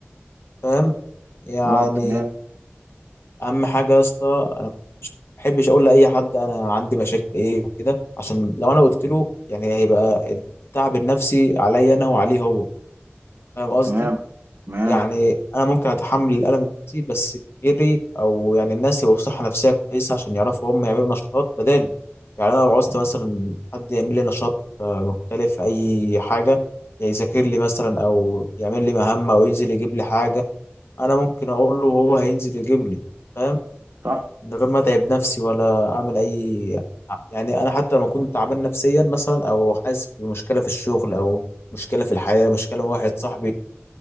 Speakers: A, on the left; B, on the right.
A: فاهم يعني
B: اه تمام
A: اهم حاجه يا اسطى انا مش بحبش اقول لاي حد انا عندي مشاكل ايه وكده عشان لو انا قلت له يعني هيبقى التعب النفسي عليا انا وعليه هو فاهم قصدي
B: تمام تمام
A: يعني انا ممكن اتحمل الالم النفسي بس غيري او يعني الناس يبقوا في صحه نفسيه كويسه عشان يعرفوا هم يعملوا نشاطات بدالي يعني انا لو عوزت مثلا حد يعمل لي نشاط آه، مختلف اي حاجه يعني يذاكر لي مثلا او يعمل لي مهمه او ينزل يجيب لي حاجه انا ممكن اقول له وهو هينزل يجيب لي فاهم
B: صح
A: من غير ما اتعب نفسي ولا اعمل اي يعني انا حتى لما كنت تعبان نفسيا مثلا او حاسس بمشكله في الشغل او مشكله في الحياه مشكله مع واحد صاحبي